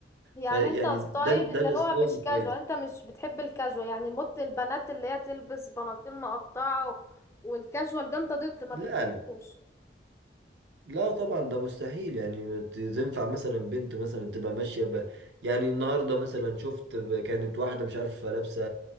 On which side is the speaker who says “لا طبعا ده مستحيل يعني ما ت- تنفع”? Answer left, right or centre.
Right